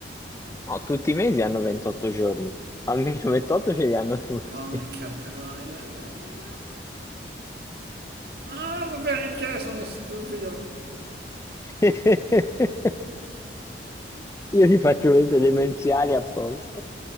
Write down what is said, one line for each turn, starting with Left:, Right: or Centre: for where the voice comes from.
Left: No, tutti i mesi hanno 28 giorni. Almeno 28 ce li hanno tutti.
Right: Porca troia, è vero. Ah, ma perché sono stupido?
Left: <laughs> Io ti faccio queste demenziali apposta.